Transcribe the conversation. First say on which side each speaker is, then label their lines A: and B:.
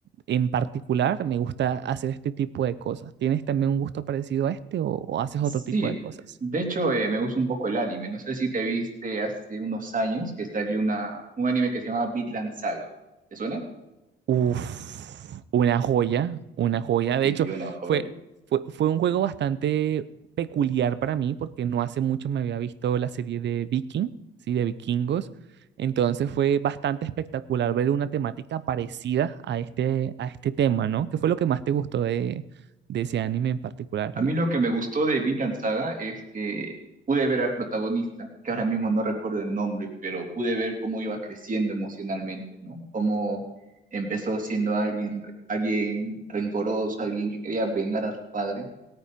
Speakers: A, on the right; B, on the right.
A: en particular me gusta hacer este tipo de cosas. ¿Tienes también un gusto parecido a este o o haces
B: Sí,
A: otro tipo de cosas?
B: de hecho eh, me gusta un poco el anime. No sé si te viste hace unos años que salió una, un anime que se llama Vinland Saga. ¿Te suena?
A: Uf, una joya, una joya. De
B: Sí,
A: hecho,
B: una joya.
A: fue, fue, fue un juego bastante peculiar para mí porque no hace mucho me había visto la serie de Viking, ¿sí? De vikingos. Entonces fue bastante espectacular ver una temática parecida a este, a este tema, ¿no? ¿Qué fue lo que más te gustó de, de ese anime en particular,
B: A
A: Luis?
B: mí lo que me gustó de Vinland Saga es que pude ver al protagonista, que ahora mismo no recuerdo el nombre, pero pude ver cómo iba creciendo emocionalmente, ¿no? Cómo empezó siendo alguien, re- alguien rencoroso, alguien que quería vengar a su padre